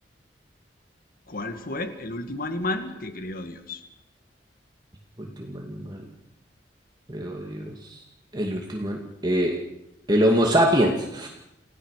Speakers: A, on the left; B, on the right.
A: ¿Cuál fue el último animal que creó Dios?
B: Último animal, creo Dios. El último, an- eh, el Homo sapiens.